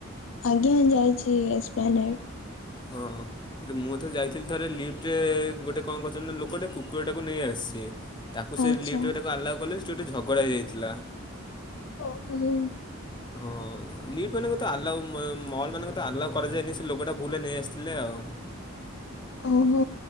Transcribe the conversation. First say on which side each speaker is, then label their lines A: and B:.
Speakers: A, on the left; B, on the left.
A: ଆଜ୍ଞା ଯାଇଚି ଏକ୍ସପ୍ଲାନେଟ୍।
B: ହଁ ହଁ। ମୁଁ ଏ ତ ଯାଇଥିଲି ଥରେ ଲିଫ୍ଟରେ ଗୋଟେ କଣ କରଚନ୍ତି ନା ଲୋକଟେ କୁକୁରଟାକୁ ନେଇ ଆସିଚି। ତାକୁ
A: ଆଚ୍ଛା
B: ସେ ଲିପ୍ଟ ରେ ତାକୁ ଆଲାଓ କଲେନି। ସେ ଗୋଟେ ଝଗଡ଼ା ହୋଇଯାଇଥିଲା।
A: ଓହୋ।
B: ହଁ ଲିଫ୍ଟ ମାନଙ୍କ ତ ଆଲାଓ ମଲ୍ ମାନଙ୍କ ଆଲାଉ କରାଯାଏନି। ସେ ଲୋକଟା ଭୁଲରେ ନେଇ ଆସିଥିଲେ ଆଉ।
A: ଓହୋ